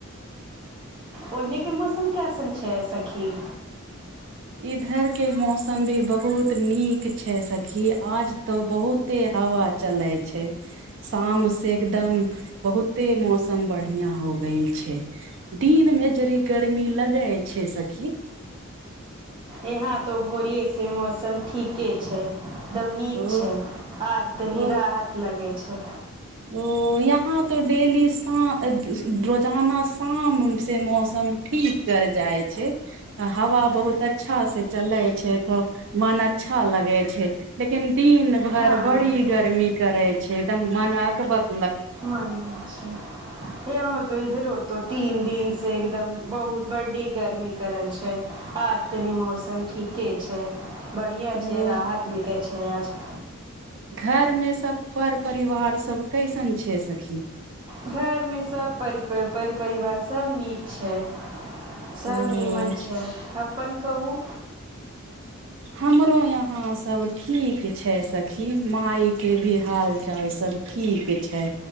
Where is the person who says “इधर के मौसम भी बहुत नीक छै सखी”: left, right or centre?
Right